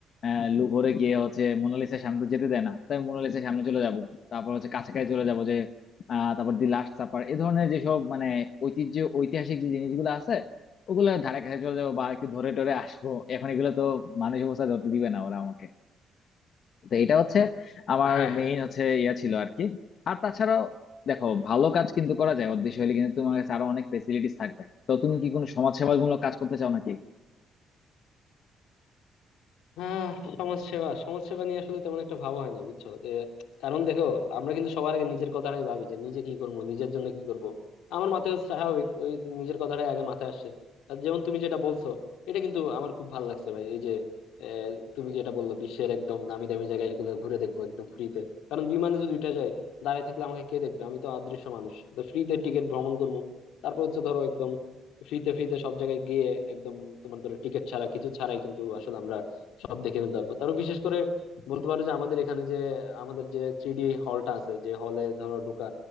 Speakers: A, on the left; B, on the left.
A: আহ লুভরে গিয়ে হচ্ছে মোনালিসার সামনে তো যেতে দেয় না তাই মোনালিসার সামনে চলে যাব তারপর হচ্ছে কাছাকাছি চলে যাব যে আহ তারপর দি লাস্ট সাপার এ ধরনের যেসব মানে ঐতিহ্য ঐতিহাসিক যে জিনিসগুলো আছে ওগুলো ধারে কাছে চলে যাবো বা একটু ধরে টরে আসবো এখন এগুলো তো মানুষ অবস্থা ধরতে দিবে না ওরা আমাকে তো এটা হচ্ছে আমার
B: হ্যাঁ
A: মেইন
B: হ্যাঁ
A: হচ্ছে ইয়া ছিল আর কি আর তাছাড়াও দেখো ভালো কাজ কিন্তু করা যায় অদৃশ্য হলে কিন্তু তোমার কাছে আরো অনেক ফেসিলিটিস থাকবে তো তুমি কি কোনো সমাজসেবামূলক কাজ করতে চাও নাকি
B: আহ সমাজসেবা সমাজসেবা নিয়ে আসলে তেমন একটা ভাবা হয় না বুঝছো যে কারণ দেখো আমরা কিন্তু সবার আগে নিজের কথাটাই ভাবি যে নিজে কি করবো নিজের জন্য কি করব আমার মাথায় স্বাভাবিক ওই যে নিজের কথাটাই আগে মাথায় আসে আর যেমন তুমি যেটা বলছো এটা কিন্তু আমার খুব ভালো লাগছে ভাই এই যে আহ, তুমি যেটা বললো বিশ্বের একদম নামি দামি জায়গা এগুলো ঘুরে দেখবো একদম ফ্রিতে কারণ বিমানে যদি উঠে যায় দাঁড়ায় থাকলে আমাকে কে দেখবে আমি তো অদৃশ্য মানুষ তো ফ্রিতে টিকিট ভ্রমণ করবো তারপর হচ্ছে ধরো একদম ফ্রিতে ফ্রিতে সব জায়গায় গিয়ে একদম তোমার ধরো টিকিট ছাড়া কিছু ছাড়াই কিন্তু আসলে আমরা সব দেখে ফেলতে পারবো তারও বিশেষ করে বলতে পারো যে আমাদের এখানে যে আমাদের যে থ্রি ডি হলটা আছে যে হলে ধরো ঢুকা